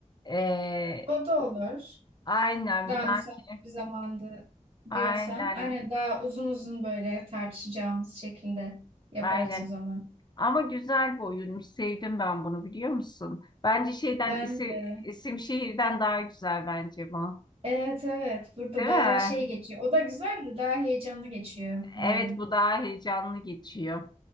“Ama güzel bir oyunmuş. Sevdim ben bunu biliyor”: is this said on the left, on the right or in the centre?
Left